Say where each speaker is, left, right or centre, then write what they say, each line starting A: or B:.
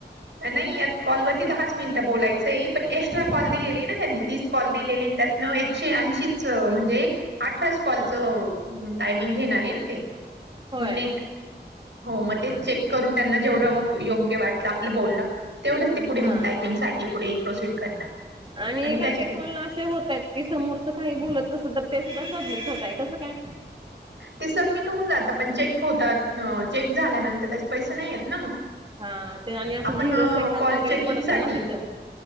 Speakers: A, on the right (about 85°); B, on the right (about 30°).
A: नाहीत कॉलवररती दहाच मिनिटं बोलायचंय पण एक्स्ट्रा कॉल
B: हां
A: दिलेली आहे ना त्यांनी तीस कॉल दिलेले त्यातनं एकशे ऐंशीच म्हणजे अठराच कॉलच
B: हां
A: टायमिंग घेणार आहे ना ते
B: होय
A: मिनिट हो मग ते चेक करून त्यांना जेवढं योग्य वाटलं आपलं बोललं ते पुढे
B: हां
A: मग टायपिंगसाठीठी पुढे प्रोसीड करणार
B: आणि काय
A: त्याचे
B: काही
A: पैसे
B: कॉल असे होत आहेत की समोरच काही बोलत नस तर ते सुद्धा सबमिट होतय का त काय
A: ते सबमिट होऊन जातात पण चेक होतात चेक झाल्यानंतर त्याचे पैसे नाही आहेत ना मग
B: हा ते आणि असं
A: आपण
B: जीरो सेकंद
A: कॉल
B: वगैरे
A: चेकिंग
B: पडतं
A: साठी
B: ना तिथं